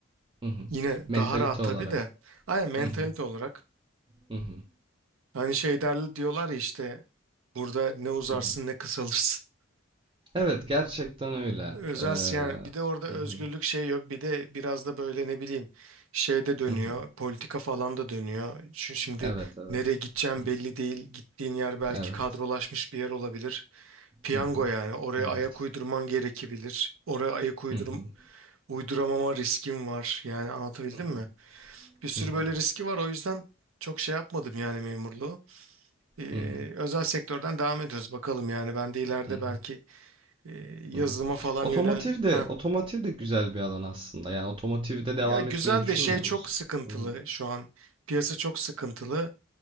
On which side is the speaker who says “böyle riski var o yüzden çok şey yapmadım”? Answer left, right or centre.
Right